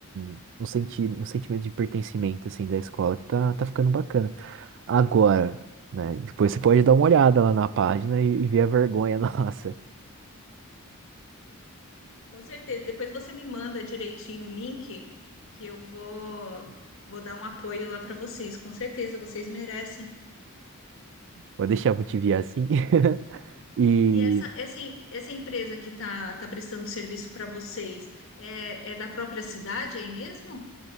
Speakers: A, on the right; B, on the left.
A: um, um, senti um sentimento de pertencimento assim, da escola que tá, tá ficando bacana. Agora, né? Depois você pode dar uma olhada lá na página e, e ver a vergonha <laughs> nossa.
B: Com certeza. Depois você me manda direitinho o link que eu vou vou dar um apoio lá para vocês. Com certeza, vocês merecem.
A: Pode deixar eu te enviar assim. <laughs> E
B: E essa essa, em- essa empresa que tá, tá prestando serviço para vocês é, é da própria cidade aí mesmo?